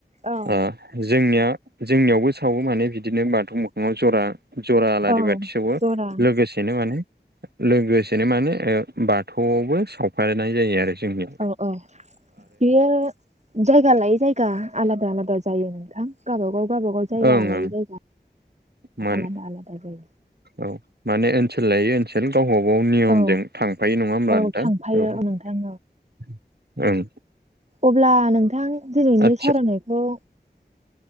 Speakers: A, on the right; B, on the right.
A: औ
B: ओ जोंनिया जोंनियावबो सावो माने बिदिनो बाथौ मोखाङाव जरा जरा आलारि
A: औ
B: बाथि सावो
A: जरा
B: लोगोसे नो माने लोगोसेनो माने ओ बाथौआवबो सावफनाय जायो आरो जोंनिया
A: औ औ बेयो जायगा लायै जायगा आलादा आलादा जायो नोंथां। गावबागाव गाबागाव जायगा
B: ओं
A: लायै
B: ओं
A: जायगा
B: मोन
A: आलादा आलादा जायो।
B: औ माने ओनसोल लायो ओनस सोल गावबा गाव नियमजों
A: औ
B: थांफायो नङा होमबा
A: औ
B: नोंथां
A: थांफायो
B: औ
A: नोंथां
B: ओं
A: अब्ला नोंथां दिनैनि
B: आदसा
A: सावरायनायखौ